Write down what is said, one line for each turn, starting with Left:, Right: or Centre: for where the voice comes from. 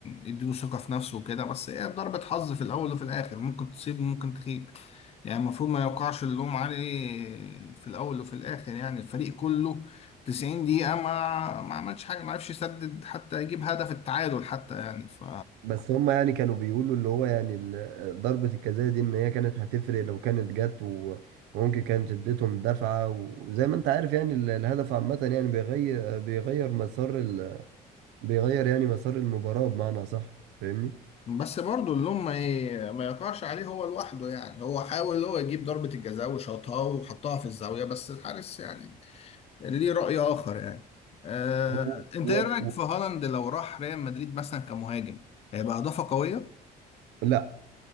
Left: يديله ثقه في نفسه وكده بس هي ضربه حظ في الاول وفي الاخر ممكن تصيب وممكن تخيب يعني المفروض ما يوقعش اللوم عليه في الاول وفي الاخر يعني الفريق كله 90 دقيقة ما ما عملش حاجة ما عرفش يسدد حتى يجيب هدف التعادل حتى يعني ف
Right: بس هم يعني كانوا بيقولوا اللي هو يعني ال- ضربة الجزاء دي ان هي كانت هتفرق لو كانت جت و- وممكن كانت اديتهم دفعة وزي ما انت عارف يعني ال- الهدف عامة يعني بيغير بيغير مسار ال... بيغير يعني مسار المباراة بمعنى صح فاهمني؟
Left: بس برضه اللوم ما ي... ما يقعش عليه هو لوحده يعني هو حاول هو يجيب ضربة الجزاء وشاطها وحطها في الزاوية بس الحارس يعني ليه رأي آخر يعني آه...
Right: طب و...
Left: انت
Right: و...
Left: ايه رأيك
Right: و...
Left: في هالاند لو راح ريال مدريد مثلا كمهاجم هيبقى إضافة قوية؟
Right: لا